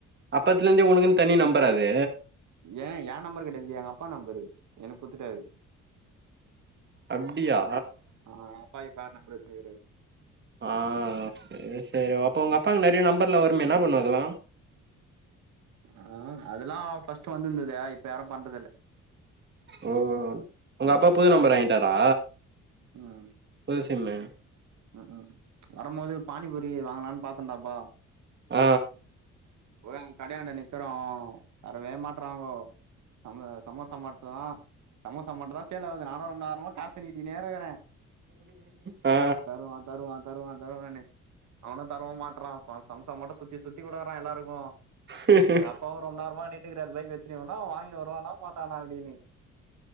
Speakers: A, on the right (about 35°); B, on the right (about 70°).
A: அப்பத்துலிருந்தே உனக்குன்னு தனி நம்பறா இது
B: ஏ என் நம்பர் கெடையாது எங்க அப்பா நம்பரு எனக்கு குத்துட்டாரு
A: அப்டியா
B: ஆ அப்பா இப்ப வேற‌ நம்பர் வச்சிருக்காரு
A: ஆ சேர் சேரி அப்போ உங்க அப்பாங்கு நிறைய நம்பர்ல வரும்மே என்ன பண்ணுவ அதலா
B: ஆ அதலா ஃபஸ்ட் வந்திருந்தது இப்ப யாரு பண்றது இல்ல
A: ஓ உங்க அப்பா புது நம்பர் வாங்கிட்டாரா
B: ம்
A: புது சிம்மு
B: ம் வரும்போது ஒரு பானிபுரி வாங்கலான்னு பாத்தன்டப்பா
A: ஆ
B: போய்ங் கடையாண்ட நிக்கிறோ வரவே மாட்றாங்கோ சம சமோசா மட்டு தா சமோசா மட்டு தா சேல்‌ஆவுது நானு ரொம்ப நேரமா காச நீட்டிட்டே நிக்கற
A: ஆ
B: தருவான் தருவான் தருவான் தருவானு அவனு தருவு மாட்றான் சம்சா மட்டு சுத்தி சுத்தி குடக்கறா எல்லா ருக்கு
A: ஹேஹே
B: <unintelligible> ரொம்ப நேரமா நின்ட்டு இருக்காரு பை வச்சிட்டு இவஎன்னவ வாங்கினு வருவானா மாட்டானா அப்டின்னு